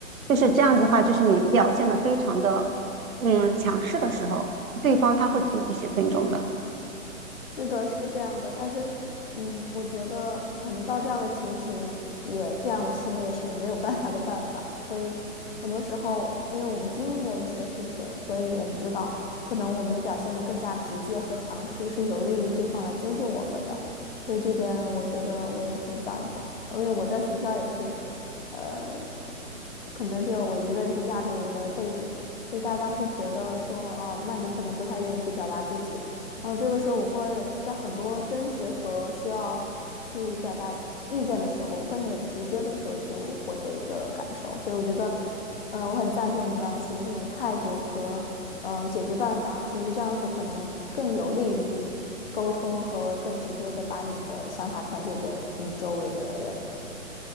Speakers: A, on the right; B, on the left.
A: 就是这样子的话，就是你表现的非常的嗯强势的时候，对方他会给你一些尊重的。
B: 是的，是这样的，但是，嗯，我觉得可能到这样的情形也这样的行为也是没有办法的办法，所以很多时候，因为我们经历了一些事情，所以我们知道，可能我们表现得更加直接和强势是有利于对方来尊重我们的，所以这点我觉得我也很赞同，因为我在学校也是，呃，可能只有我一个人是亚洲人的背景，所以大家会觉得说，哦，那你可能不太愿意去表达自己。然后这个时候，我会在很多争执和需要去表达意见的时候，我会很直接的说出我的一个感受。所以我觉得，呃，我很赞同你刚刚说的这种态度和嗯、呃解决办法。其实这样是可能更有利于沟通和更直接的把你的想法传递给你周围的人的。